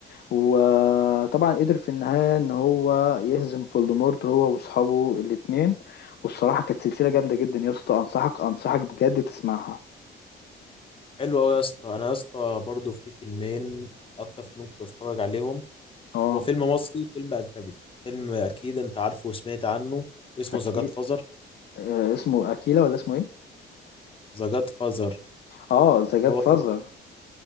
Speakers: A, on the left (about 55°); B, on the left (about 25°).
A: وطبعا قدر في النهاية ان هو يهزم فولدمورت هو واصحابه الاتنين والصراحة كانت سلسلة جامدة جدا يا اسطى انصحك انصحك بجد تسمعها
B: حلو قوي يا اسطى انا يا اسطى برضه في فيلمين اكتر فيلم كنت بتفرج عليهم
A: اه
B: هو فيلم مصري وفيلم اجنبي فيلم اكيد انت عارفه وسمعت عنه اسمه
A: اكيد
B: ذا جاد فازر
A: آه، اسمه اكيلا ولا اسمه ايه
B: ذا جاد فازر
A: اه ذا جاد
B: هو
A: فازر